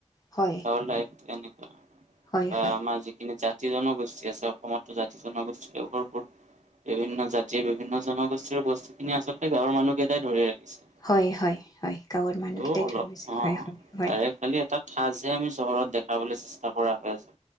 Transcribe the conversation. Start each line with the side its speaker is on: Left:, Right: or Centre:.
Left: হয়।
Right: ৰ দায়েকটো এনেকুৱা।
Left: হয় হয়
Right: অ'-
Left: হয়
Right: আমাৰ যিখিনি জাতি-জনগোষ্ঠী আছে অসমতটো জাতি জনগোষ্ঠীৰে ভৰপুৰ। বিভিন্ন জাতিৰ, বিভিন্ন জনগোষ্ঠীৰ বস্তুখিনিয়ে আচলতে গাঁৱৰ মানুহকেইটাই ধৰি ৰাখিছে।
Left: হয় - হয় - হয়, গাঁৱৰ মানুহকেইটাই
Right: ত' অলপ
Left: থৈ গৈছে।
Right: অ'।
Left: হয় - হয় -
Right: তাৰে
Left: হয়।
Right: খালি এটা ঠাঁচহে আমি চহৰত দেখাবলৈ চেষ্টা কৰা হৈ আছে।